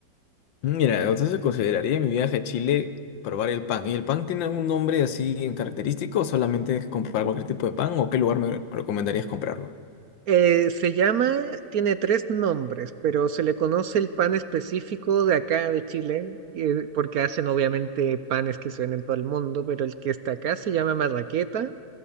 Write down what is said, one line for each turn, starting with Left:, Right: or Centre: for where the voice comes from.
Left: Mira, entonces consideraría mi viaje a Chile probar el pan. ¿Y el pan tiene algún nombre así en característico o solamente es comprar cualquier tipo de pan o qué lugar me recomendarías comprarlo?
Right: Eh, se llama, tiene tres nombres, pero se le conoce el pan específico de acá de Chile, eh, porque hacen obviamente panes que se ven en todo el mundo, pero el que está acá se llama marraqueta